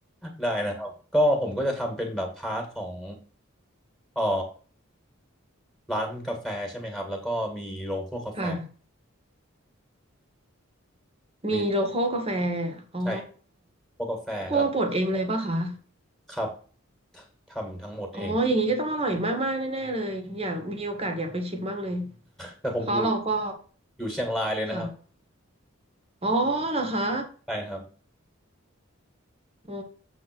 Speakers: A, in the centre; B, on the right.
A: ได้นะครับก็ผมก็จะทำเป็นแบบพาร์ทของเอ่อร้านกาแฟใช่ไหมครับแล้วก็มีโรงคั่วกาแฟ
B: <laughs> ค่ะ
A: มี
B: มีโลคอลกาแฟอ๋อ
A: ใช่คั่วกกาแฟแล้วก็
B: คั่วบดเองเลยป่ะคะ
A: ครับทำทั้งหมดเอง
B: อ๋ออย่างนี้ก็ต้องอร่อยมากๆแน่ๆเลยอยากมีโอกาสอยากไปชิมบ้างเลย
A: แต่ผมอยู่
B: เพราะเราก็
A: อยู่เชียงรายเลยนะครับ
B: ค่ะอ๋อเหรอคะ
A: ใช่ครับ
B: อ๋อ